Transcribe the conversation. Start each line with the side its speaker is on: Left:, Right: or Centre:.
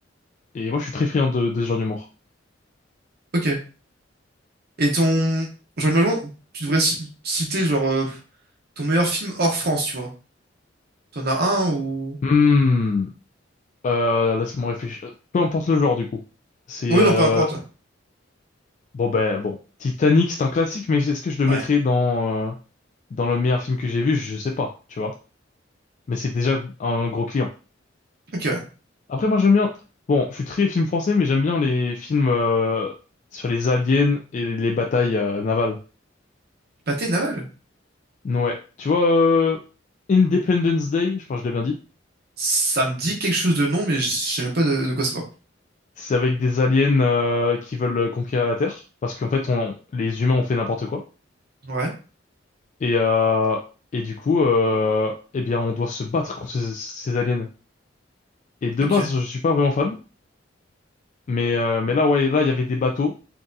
Left: Et moi, je suis très friand de, de ce genre d'humour.
Right: Ok. Et ton. Genre, imaginons, tu devrais ci- citer, genre, euh, ton meilleur film hors France, tu vois. T'en as un ou.
Left: Hmm. Euh, laisse-moi réfléchir. Euh, Peu importe le genre, du coup. C'est,
Right: Oui,
Left: euh,
Right: non, peu importe.
Left: bon, ben, bon. Titanic, c'est un classique, mais est-ce que je le
Right: Ouais.
Left: mettrais dans, euh, dans le meilleur film que j'ai vu? Je sais pas, tu vois. Mais c'est déjà un gros client.
Right: Ok, ouais.
Left: Après, moi, j'aime bien. Bon, je suis très film français, mais j'aime bien les films euh, sur les aliens et les, les batailles euh, navales.
Right: Pâté Naval?
Left: Ouais. Tu vois, euh, Independence Day, je pense que je l'ai bien dit.
Right: Ça me dit quelque chose de nom, mais je sais même pas de, de quoi ça parle.
Left: C'est avec des aliens euh, qui veulent euh, conquérir la Terre, parce qu'en fait, on, les humains ont fait n'importe quoi.
Right: Ouais.
Left: Et, euh, et du coup, euh, eh bien, on doit se battre contre ces, ces aliens. Et de
Right: Ok.
Left: base, je suis pas vraiment fan, mais, euh, mais là, ouais, là, il y avait des bateaux.